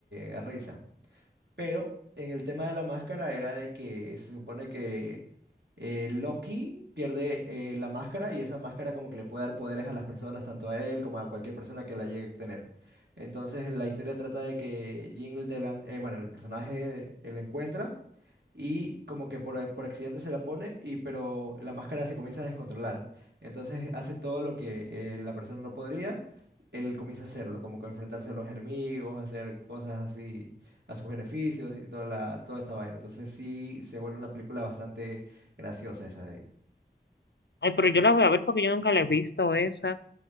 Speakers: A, on the right; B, on the left.
A: eh, risa. Pero en el tema de la máscara era de que se supone que eh, Loki pierde eh, la máscara y esa máscara como que le puede dar poderes a las personas, tanto a él como a cualquier persona que la llegue a tener. Entonces la historia trata de que Jim, de la- eh, bueno, el personaje, él encuentra y como que por, por accidente se la pone y pero la máscara se comienza a descontrolar. Entonces hace todo lo que eh, la persona no podría, él comienza a hacerlo, como que enfrentarse a los enemigos, hacer cosas así a sus beneficios y toda la, toda esta vaina. Entonces sí se vuelve una película bastante graciosa esa de ahí.
B: Ay, pero yo la voy a ver porque yo nunca la he visto esa.